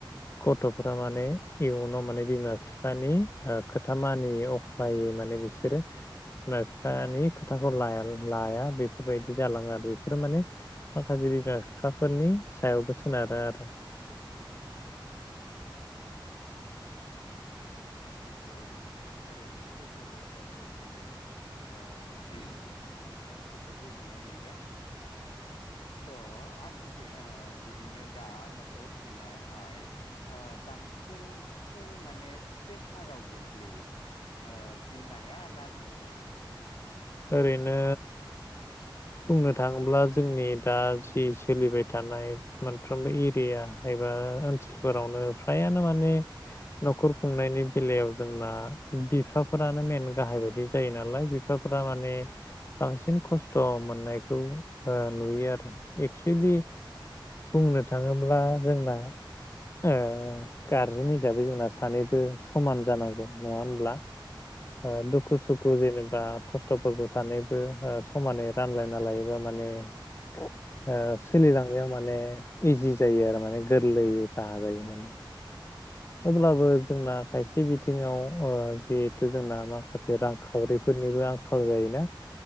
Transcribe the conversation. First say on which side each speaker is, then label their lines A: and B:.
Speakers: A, on the left; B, on the left.
A: गथफोरा माने इयुनाव माने बिमा फिफानि ओ खोथा मानियि अख्रायै माने बिसोरो <unintelligible> खोथाखौ लाया लाया बेफोरबायदि जालाङो आरो बेफोरो माने माखासे बिमा
B: औ
A: फिफाफोरनि
B: औ
A: सायावबो सो सोनारो आरो
B: उम उम उम नंगौ नोंथाङा थारैनो सैथो बाथ्राखौ बुंदों ओ नोंथांनिफ्राय जोबोद गोजोननाय मोनदों ओ थ आथि ओ बिदिनो दा नखर खुंनायावहाय ओ बांसिन सोर माने प्रेसाराव गोग्लैयो ओ बिमाया ना बिफाया
A: ओरैनो बुंनो थाङोब्ला जोंनि दा जि सोलिबाय थानाय मोनफ्रोमबो एरिया एबा ओन सोलफोरावनो
B: उम
A: फ्रायानो
B: उम
A: माने नखर खुंनायनि बेलायाव जोंना बिफा फोरानो मेन गाहाय
B: उम
A: बायदि जायो नालाय बिफा फ्रा माने बांसिन
B: औ औ
A: खस्थ मोननायखौ ओ नुयो आरो एक्सुेलि बुंनो थाङोब्ला जोंना ओ गारजेन हिसाबै जोंना सानैबो समान जानांगौ नङा होनब्ला ओ दुखु सुखु जेनेबा खस्थफोरखौ सानैबो ओ समानै रानलायना लायोबा माने ओ सोलिलांनायाव माने इजि जायो आरो माने गोरलैयै राहा जायो माने अब्लाबो जोंना खायसे बिथिङाव ओ जिहेथु जोंना माखासे रांखावरि फोरनिबो आंखाल जायोना